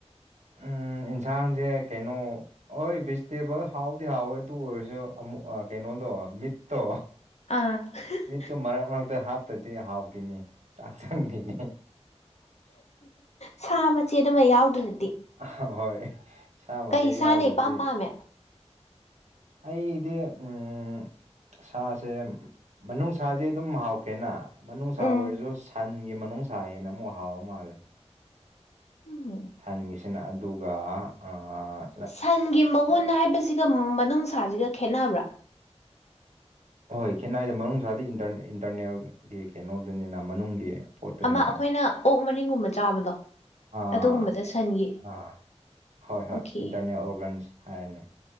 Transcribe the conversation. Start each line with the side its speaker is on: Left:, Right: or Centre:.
Right: ꯎꯝ ꯌꯦꯟꯁꯥꯡꯁꯦ ꯀꯩꯅꯣ ꯍꯣꯢ ꯚꯤꯖꯤꯇꯦꯕꯜ ꯍꯥꯎꯗꯤ ꯍꯥꯎꯋꯦ ꯑꯗꯨ ꯑꯣꯢꯔꯁꯨ ꯑꯃꯨꯛ ꯀꯩꯅꯣꯗꯣ ꯃꯤꯠꯇꯣ
Left: ꯑꯥ <unintelligible>
Right: ꯁꯨꯝ ꯃꯔꯛ ꯃꯔꯛꯇ ꯍꯥꯞꯇꯗꯤ ꯍꯥꯎꯇꯅꯤ ꯆꯥꯛ ꯆꯪꯗꯦꯅꯦ
Left: ꯁꯥ ꯃꯆꯦꯠ ꯑꯃ ꯌꯥꯎꯗ꯭ꯔꯗꯤ
Right: ꯑꯍ ꯍꯣꯢ ꯁꯥ ꯃꯆꯦꯠ
Left: ꯀꯩ ꯁꯥꯅ
Right: ꯌꯥꯎꯗꯗꯤ
Left: ꯏꯄꯥꯝ ꯄꯥꯝꯃꯦ
Right: ꯑꯩꯗꯤ ꯎꯝ ꯁꯥꯁꯦ ꯃꯅꯨꯡ ꯁꯥꯗꯤ ꯑꯗꯨꯝ ꯍꯥꯎꯈ꯭ꯔꯦꯅ ꯃꯅꯨꯡꯁꯥ
Left: ꯎꯝ
Right: ꯑꯣꯢꯔꯁꯨ ꯁꯟꯒꯤ ꯃꯅꯨꯡꯁꯥ ꯍꯦꯟꯅ ꯑꯃꯨꯛ ꯍꯥꯎ ꯃꯥꯜꯂꯦ
Left: ꯎꯝ
Right: ꯁꯟꯒꯤꯁꯤꯅ ꯑꯗꯨꯒ ꯑꯥ ꯑꯥ
Left: ꯁꯟꯒꯤ ꯃꯎꯟ ꯍꯥꯢꯕꯁꯤꯒ ꯃꯅꯨꯡꯁꯥꯁꯤꯒ ꯈꯦꯠꯅꯕ꯭ꯔꯥ
Right: ꯑꯍꯣꯏ ꯈꯦꯟꯅꯥꯏꯗ ꯃꯅꯨꯡꯗꯤ ꯏꯟꯇꯔ ꯏꯟꯇꯔꯅꯦꯜꯒꯤ ꯀꯩꯅꯣꯗꯨꯅꯤꯅ ꯃꯅꯨꯡꯒꯤ ꯄꯣꯠꯇꯨꯅꯤꯅ
Left: ꯑꯃ ꯑꯩꯈꯣꯏꯅ ꯑꯣꯛ ꯃꯔꯤꯡꯒꯨꯝꯕ ꯆꯥꯕꯗꯣ
Right: ꯑꯥ
Left: ꯑꯗꯨꯒꯨꯝꯕꯗ ꯁꯟꯒꯤ
Right: ꯑꯥ ꯍꯣꯢ
Left: ꯑꯣꯀꯦ
Right: ꯍꯣꯢ ꯏꯟꯇꯔꯅꯦꯜ ꯑꯣꯔꯒꯟꯁ ꯍꯥꯢꯔꯅꯦ